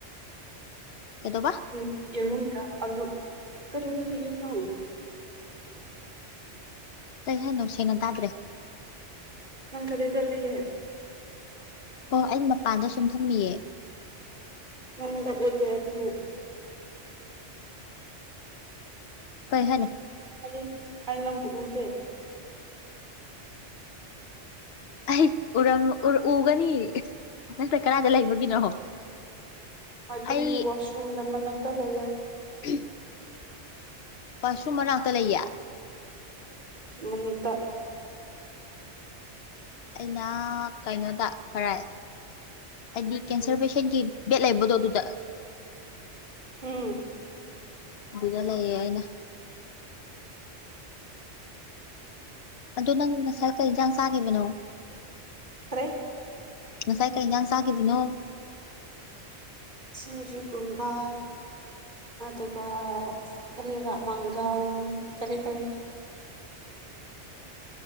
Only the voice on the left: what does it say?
ꯀꯩꯗꯧꯕ
ꯀꯩ ꯍꯥꯏꯅꯣ ꯁꯦꯡꯅ ꯇꯥꯗ꯭ꯔꯦ
ꯑꯣ ꯑꯩ ꯃꯄꯥꯟꯗ ꯁꯨꯝ ꯐꯝꯃꯤꯌꯦ
ꯀꯩ ꯍꯥꯏꯅꯣ
ꯑꯩ ꯎꯔꯝ ꯎ ꯎꯒꯅꯤ ꯅꯪ ꯀꯗꯥꯏꯗ ꯂꯩꯕꯒꯤꯅꯣ
ꯑꯩ
<unintelligible> ꯋꯥꯁꯔꯨꯝ ꯃꯅꯥꯛꯇ ꯂꯩꯌꯦ
ꯑꯩꯅ ꯀꯩꯅꯣꯗ ꯀꯔꯥꯏ ꯑꯩꯗꯤ ꯀꯦꯟꯁꯔ
ꯄꯦꯁꯦꯟꯒꯤ ꯕꯦꯠ ꯂꯩꯕꯗꯣ ꯑꯗꯨꯗ
ꯑꯗꯨꯗ ꯂꯩꯌꯦ ꯑꯩꯅ ꯑꯗꯨ ꯅꯪ ꯉꯁꯥꯏ ꯀꯩ ꯌꯦꯟꯁꯥꯡ ꯆꯥꯈꯤꯕꯅꯣ
ꯉꯁꯥꯏ ꯀꯩ ꯏꯟꯖꯥꯡ ꯆꯥꯈꯤꯕꯅꯣ